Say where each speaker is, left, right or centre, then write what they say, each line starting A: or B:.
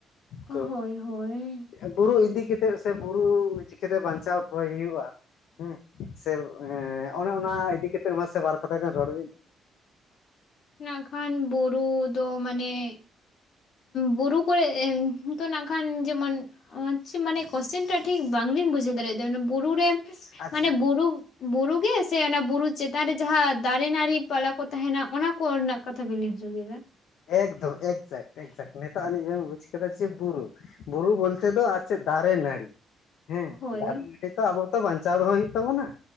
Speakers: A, on the left (about 80°); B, on the left (about 65°).
A: ᱛᱚ
B: ᱚ ᱦᱳᱭ ᱦᱳᱭ
A: ᱵᱩᱨᱩ ᱤᱫᱤ ᱠᱟᱛᱮᱫ ᱥᱮ ᱵᱩᱨᱩ ᱪᱤᱠᱟᱹᱛᱮ ᱵᱟᱧᱪᱟᱣ ᱫᱚᱦᱚᱭ ᱦᱩᱭᱩᱜᱼᱟ ᱦᱮᱸ ᱥᱮ ᱚᱱᱮ ᱚᱱᱟ ᱤᱫᱤ ᱠᱟᱛᱮᱫ ᱢᱟᱥᱮ ᱵᱟᱨ ᱠᱟᱛᱷᱟ ᱜᱟᱱ ᱨᱚᱲ ᱵᱤᱱ
B: ᱱᱟᱜ ᱠᱷᱟᱱ ᱵᱩᱨᱩ ᱫᱚ ᱢᱟᱱᱮ ᱵᱩᱨᱩ ᱠᱚᱨᱮ ᱱᱤᱛᱚ ᱱᱟᱜ ᱠᱷᱟᱱ ᱡᱮᱢᱚᱱ ᱢᱟᱱᱮ ᱠᱚᱥᱪᱮᱱ ᱴᱟᱜ ᱴᱷᱤᱠ ᱵᱟᱝᱞᱤᱧ ᱵᱩᱡᱷᱟᱹᱣ ᱫᱟᱲᱮᱭᱟᱜ ᱫᱟ ᱵᱩᱨᱩ ᱨᱮ
A: ᱟᱪᱪᱷᱟ
B: ᱢᱟᱱᱮ ᱵᱩᱨᱩ ᱵᱩᱨᱩ ᱜᱮ ᱥᱮ ᱚᱱᱟ ᱵᱩᱨᱩ ᱪᱮᱛᱟᱱ ᱨᱮ ᱡᱟᱦᱟᱸ ᱫᱟᱨᱮ ᱱᱟᱹᱲᱤ ᱯᱟᱞᱟ ᱠᱚ ᱛᱟᱦᱮᱱᱟ ᱚᱱᱟ ᱠᱚ ᱨᱮᱱᱟᱜ ᱠᱟᱛᱷᱟ ᱵᱤᱱ ᱞᱟᱹᱭ ᱦᱚᱪᱚ ᱮᱫᱟ
A: ᱮᱠᱫᱚᱢ ᱮᱠᱡᱮᱠᱴ ᱮᱠᱡᱮᱠᱴ ᱱᱤᱛᱚᱜ ᱟᱹᱱᱤᱡ ᱵᱮᱢ ᱵᱩᱡᱽ ᱠᱮᱫᱟ ᱡᱮ ᱵᱩᱨᱩ ᱵᱩᱨᱩ ᱵᱚᱞᱛᱮ ᱫᱚ ᱟᱨ ᱪᱮᱫ ᱫᱟᱨᱮ ᱱᱟᱹᱲᱤ ᱦᱮᱸ
B: ᱦᱳᱭ
A: ᱫᱟᱨᱮ ᱱᱟᱹᱲᱤ ᱛᱚ ᱟᱵᱚ ᱛᱚ ᱵᱟᱧᱪᱟᱣ ᱫᱚᱦᱚᱭ ᱦᱩᱭᱩᱜ ᱛᱟᱵᱚᱱᱟ